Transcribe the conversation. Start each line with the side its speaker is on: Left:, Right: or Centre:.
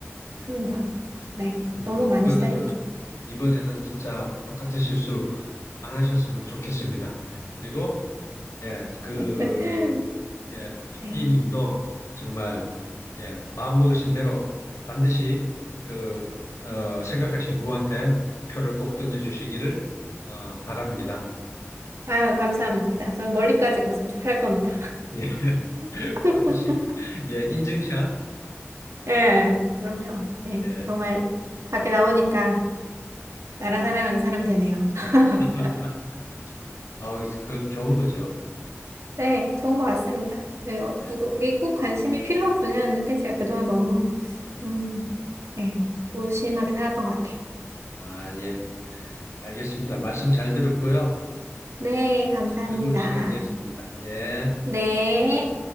Left: 예,
Right: 음, 막, 네.
Left: 맞습니다.
Right: 너무 많이
Left: 이번에는
Right: 시달렸죠.
Left: 이번에는 진짜 똑같은 실수 안 하셨으면 좋겠습니다. 그리고 예, 그,
Right: <laughs>
Left: 예,
Right: 네.
Left: 비님도 정말, 예, 마음먹으신 대로 반드시 그, 어, 생각하신 후보한테 표를 꼭 던져주시기를, 어, 바랍니다.
Right: 아, 감사합니다. 저는 멀리까지 가서 투표할 겁니다.
Left: 예, <laughs>
Right: <laughs>
Left: 꼭 하시기, 예, 인증샷,
Right: 예, 그럼요. 예,
Left: 예,
Right: 정말 밖에 나오니까 나라
Left: 음,
Right: 사랑하는 사람 되네요. <laughs>
Left: <laughs> 아우, 그, 좋은 거죠.
Right: 네, 좋은 것 같습니다. 네, 어,
Left: 예,
Right: 누구, 이게 꼭 관심이 필요한 분야였는데 제가 그동안 너무,
Left: 음,
Right: 음, 예, 무심하게 살았던 것 같아요.
Left: 아, 예, 알겠습니다. 말씀 잘 들었고요.
Right: 네, 감사합니다.
Left: 즐거운 시간이었습니다. 예.
Right: 네.